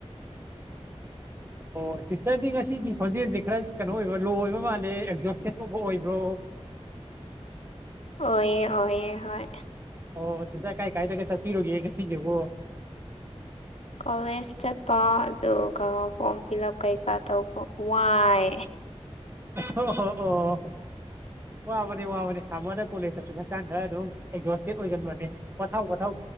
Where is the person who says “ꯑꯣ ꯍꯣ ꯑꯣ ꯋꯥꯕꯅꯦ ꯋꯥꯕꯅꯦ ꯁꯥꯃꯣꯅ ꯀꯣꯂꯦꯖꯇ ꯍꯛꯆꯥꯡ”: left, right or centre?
Right